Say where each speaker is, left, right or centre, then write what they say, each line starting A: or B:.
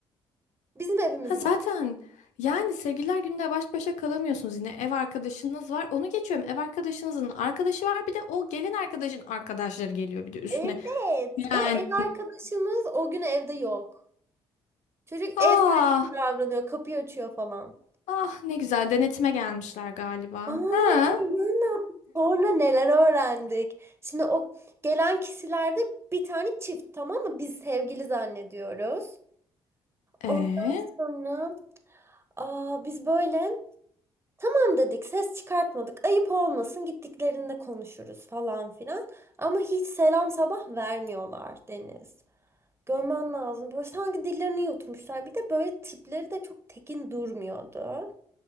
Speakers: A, on the right; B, on the left.
A: Bizim evimizde.
B: Ha zaten yani sevgililer gününde baş başa kalamıyorsunuz yine ev arkadaşınız var onu geçiyorum ev arkadaşınızın arkadaşı var bir de o gelin arkadaşın arkadaşları geliyor bir de üstüne
A: Evet
B: yani
A: ve ev arkadaşımız o gün evde yok. Çocuk ev
B: ah
A: sahibi gibi davranıyor kapıyı açıyor falan.
B: ah ne güzel denetime gelmişler galiba
A: Aa,
B: ha
A: inanamıyorum. sonra neler öğrendik. Şimdi o gelen kişilerde bir tane çift tamam mı? Biz sevgili zannediyoruz.
B: e
A: Ondan sonra aa, biz böyle Tamam dedik ses çıkartmadık ayıp olmasın gittiklerinde konuşuruz falan filan. Ama hiç selam sabah vermiyorlar Deniz. Görmen lazım. Böyle sanki dillerini yutmuşlar. Bir de böyle tipleri de çok tekin durmuyordu.